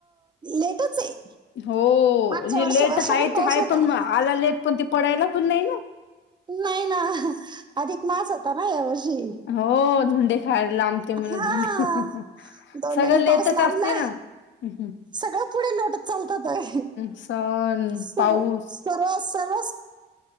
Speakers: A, on the right; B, on the left.
A: लेटच आहे
B: हो
A: मागच्या
B: हे
A: वर्षी
B: लेट
A: वर्षभर
B: हायच
A: पाऊस
B: हाय
A: होता
B: पण आला लेट पण ते पडायला पण नाही ना
A: नाही ना अधिक मास होता ना यावर्षी
B: हो धोंडे खायला लांबते म्हणून
A: हा
B: धोंडे
A: दोंडानी
B: सगळं लेटच
A: पाऊस लांबला
B: असते ना. हम्म.
A: सगळं पुढे लोट चालतात आहे
B: सण,
A: सगळं
B: पाऊस
A: सर्व सर्व